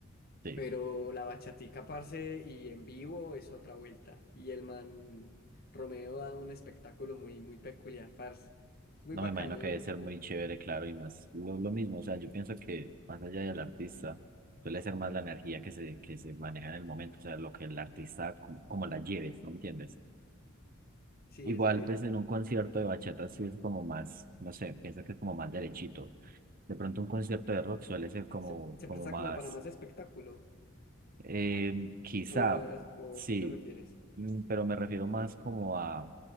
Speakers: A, on the right (about 40°); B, on the left (about 45°).
A: Sí,
B: Pero la bachatica, parce, y en vivo es otra vuelta. Y el man Romeo da un espectáculo muy, muy peculiar, parce. Es muy
A: no
B: bacano,
A: me imagino
B: muy
A: que debe
B: bacano.
A: ser muy chévere, claro, y más lo, lo mismo, o sea, yo pienso que más allá del artista, suele ser más la energía que se, que se maneja en el momento, o sea, lo que el artista, como, como la lleves, no entiendes?
B: Sí,
A: Igual,
B: es, eh,
A: pues en un concierto de bachata sí es como más, no sé, pienso que es como más derechito. De pronto un concierto de rock suele ser como,
B: Se, se
A: como
B: presta
A: más
B: como para más espectáculo.
A: Eh, quizá,
B: ¿O, a- o
A: sí,
B: a qué te refieres?
A: mm, pero me refiero más como a